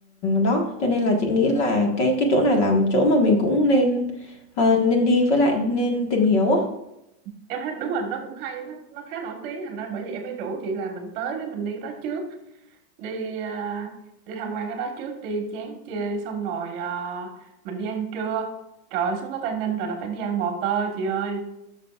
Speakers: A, on the left (about 50°); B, on the right (about 40°).
A: đó cho nên là chị nghĩ là cái cái chỗ này là một chỗ mà mình cũng nên ờ, nên đi với lại nên tìm hiểu á
B: em thấy đúng rồi nó cũng hay nó nó khá nổi tiếng thành ra bởi vì em mới rủ chị là mình tới cái mình đi cái đó trước đi à, đi tham quan cái đó trước đi chán chê xong rồi à, mình đi ăn trưa trời ơi, xuống tới Tây Ninh rồi là phải đi ăn bò tơ chị ơi